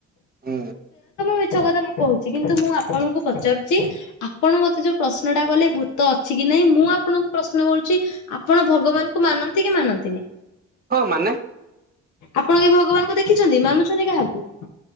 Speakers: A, on the right; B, on the left.
A: ହୁଁ
B: ମିଛ କଥା ମୁଁ କହୁଛି କିନ୍ତୁ ମୁଁ ଆପଣଙ୍କୁ ପଚାରୁଛି ଆପଣ ମତେ ଯୋଉ ପ୍ରଶ୍ନ ଟା କଲେ ଭୂତ ଅଛି କି ନହିଁ ମୁଁ ଆପଣଙ୍କୁ ପ୍ରଶ୍ନ କରୁଛି ଆପଣ ଭଗବାନଙ୍କୁ ମାନନ୍ତି କି ମାନନ୍ତିନିଁ
A: ହଁ ମାନେ
B: ଆପଣ ଏ ଭଗବାନଙ୍କୁ ଦେଖିଛନ୍ତି ମାନୁଛନ୍ତି କାହାକୁ